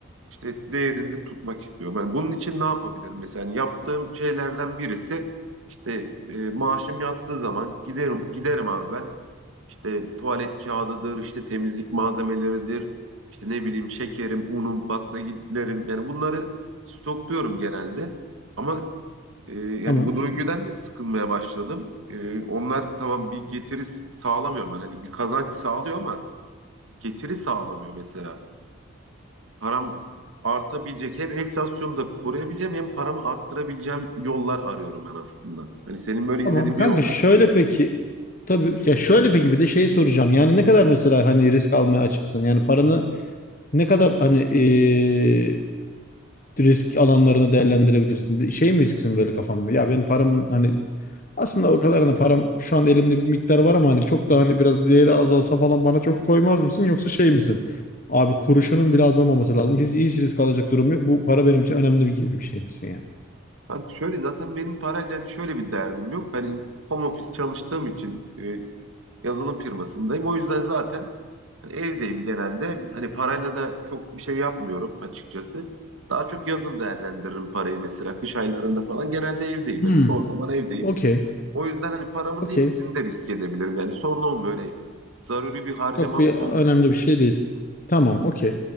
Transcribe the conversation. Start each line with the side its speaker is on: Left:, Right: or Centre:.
Right: işte değerini tutmak istiyorum. Yani bunun için ne yapabilirim? Mesela yani yaptığım şeylerden birisi işte e, maaşım yattığı zaman giderim giderim abi ben. İşte tuvalet kağıdıdır, işte temizlik malzemeleridir, işte ne bileyim şekerim, unum, baklagillerim. Yani bunları stokluyorum genelde. Ama e, yani
Left: Tamam.
Right: bu döngüden de sıkılmaya başladım. E, onlar tamam bir getiri sağlamıyor bana. Hani bir kazanç sağlıyor ama getiri sağlamıyor mesela param artabilecek hem enflasyonu da koruyabileceğim hem paramı arttırabileceğim yollar arıyorum ben aslında. Hani senin böyle izlediğin
Left: Tamam kanka
Right: bir yol
Left: şöyle
Right: var mı?
Left: peki tabii ya şöyle peki bir de şey soracağım. Yani ne kadar mesela hani risk almaya açıksın? Yani paranı ne kadar hani eee, risk alanlarını değerlendirebilirsin? Bir Şey mi risksin böyle kafamda? Ya benim param hani aslında o kadar hani param şu an elimde bir miktar var ama hani çok da hani biraz değeri azalsa falan bana çok koymaz mısın? Yoksa şey misin? Abi kuruşunun bile azalmaması lazım. Hiç, hiç risk alacak durum yok. Bu para benim için önemli bir gibi bir şey misin yani?
Right: Kanka şöyle zaten benim parayla hani şöyle bir derdim yok. Hani home office çalıştığım için e, yazılım firmasındayım. O yüzden zaten hani evdeyim genelde. Hani parayla da çok bir şey yapmıyorum açıkçası. Daha çok yazın değerlendiririm parayı mesela kış aylarında falan. Genelde evdeyim.
Left: Hmm,
Right: Hani çoğu zaman evdeyim.
Left: okey,
Right: O yüzden hani paramın
Left: okey.
Right: hepsini de riske edebilirim. Yani sorun olmuyor. Öyle zaruri bir harcamam
Left: Çok bir
Right: olmuyor.
Left: önemli bir şey değil. Tamam, okey.